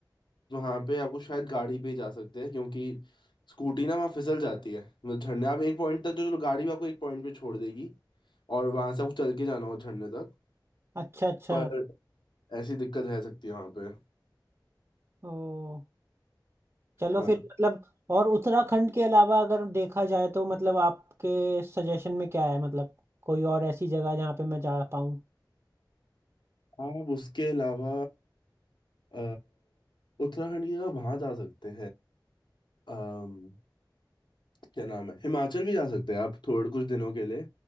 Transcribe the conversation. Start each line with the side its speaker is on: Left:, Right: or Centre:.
Left: तो वहाँ पे आपको शायद गाड़ी पे ही जा सकते हैं क्योंकि स्कूटी ना वहाँ फिसल जाती है मतलब झरने आप एक पॉइंट तक जो जो गाड़ी भी आपको एक पॉइंट पे छोड़ देगी और वहां से आपको चल के जाना हो झरने तक
Right: अच्छा अच्छा
Left: पर ऐसी दिक्कत रह सकती है वहाँ पे
Right: ओ चलो
Left: हाँ
Right: फिर मतलब और उत्तराखंड के अलावा अगर देखा जाए तो मतलब आपके सजेशन में क्या है मतलब कोई और ऐसी जगह जहाँ पे मैं जा पाऊँ
Left: आप उसके अलावा अ, उत्तराखंड की जगह वहाँ जा सकते हैं क्या नाम है हिमाचल भी जा सकते हैं आप थोड़े कुछ दिनों के लिए